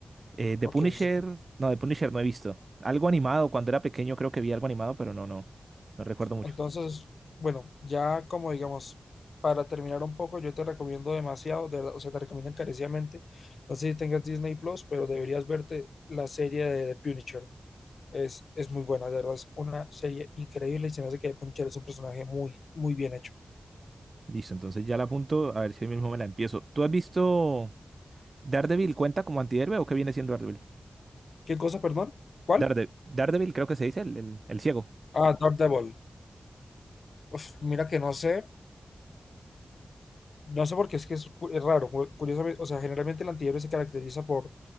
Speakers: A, on the right; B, on the left.
A: Eh, The
B: Ok,
A: Punisher,
B: sí.
A: no, The Punisher no he visto. Algo animado, cuando era pequeño creo que vi algo animado, pero no, no, no recuerdo mucho.
B: Entonces, bueno, ya como digamos, para terminar un poco, yo te recomiendo demasiado, de verdad, o sea, te recomiendo encarecidamente. No sé si tengas Disney Plus, pero deberías verte la serie de The Punisher. Es, es muy buena, de verdad, es una serie increíble y se me hace que Punisher es un personaje muy, muy bien hecho.
A: Listo, entonces ya la apunto, a ver si hoy mismo me la empiezo. ¿Tú has visto Daredevil cuenta como antihéroe o qué viene siendo Daredevil?
B: ¿Qué cosa, perdón? ¿Cuál?
A: Darede- Daredevil creo que se dice el, el- el ciego.
B: Ah, Daredevil. Uf, mira que no sé, no sé por qué es que es, cu- es raro, cu- curiosamente, o sea, generalmente el antihéroe se caracteriza por